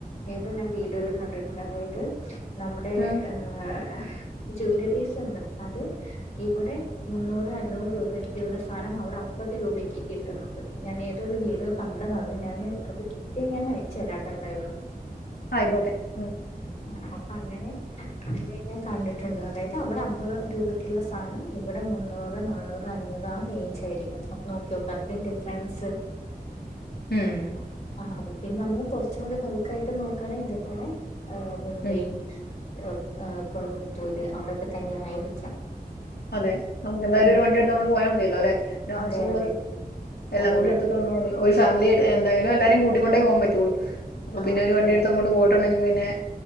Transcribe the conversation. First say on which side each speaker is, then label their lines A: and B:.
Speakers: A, on the left; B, on the left.
A: ഏതോ ഞാൻ വീടുകളിൽ കണ്ടിട്ടുണ്ട് അതായത് നമ്മടെ
B: ഉം.
A: ഏഹ ജ്വല്ലറീസ് ഉണ്ട് അത് ഇവിടെ മുന്നൂറ് അഞ്ഞൂറ് രൂപ ഒക്കെയുള്ള സാനം അവിടെ അമ്പത് രൂപയ്ക്ക് കിട്ടുന്ന്ണ്ട് ഞാൻ ഏതൊരു വീഡിയോ കണ്ടതാണ് ഞാന് അത് കി കിട്ടിയ ഞാൻ അയച്ചരാട്ടോ എന്തായാലും
B: അയിക്കോട്ടെ ഉം
A: ഉം അപ്പ അങ്ങനെ അങ്ങനെ കണ്ടിട്ടുണ്ട് അതായത് അവിടെ അമ്പത് രൂപയ്ക്കുള്ള സാനം ഇ ഇവടെ മുന്നൂറ് നാന്നൂറ് അഞ്ഞൂറ് ആഹ്‌ എയ്ഞ്ചായിരിക്കണം അപ്പ നോക്കിയോ ക്ക അത്രയും ഡിഫ്റൻസ്
B: ഉം
A: ആഹ് പിന്നെ നമ്മൾ കുറച്ചും കൂടി ബൾക്ക ആയിട്ട് നോക്കുകയാണെങ്കി ഇതേപോലെ ഹ് മുംബൈ
B: ഉം
A: ഹ് കോയമ്പത്തൂര് അവിടെക്കെ തന്നെ ആയിരിക്കാം
B: അതെ നമുക്ക് എന്തായാലും
A: ഉം.
B: ഒരു വണ്ടി എടുത്ത് അങ്ങോണ്ട് പോയാ മതിയല്ലോല്ലേ ഒരുവാശ്യുള്ളത്
A: അതെ അതെ
B: എല്ലാം
A: അതെ
B: കൂടി
A: അതെ
B: എടുത്തിട്ട് വന്നോണ്ടി ഒരു ഫാമിലി എന്തായാലും എല്ലാരും കൂട്ടിക്കൊണ്ടേ പോവാ പറ്റയുള്ളൂ അപ്പ
A: ആ
B: പിന്നെ ഒരു
A: അതെ
B: വണ്ടി അടുത്ത്
A: അതെ
B: കൊണ്ട് പോയി ണ്ടെങ്കിൽ പിന്നെ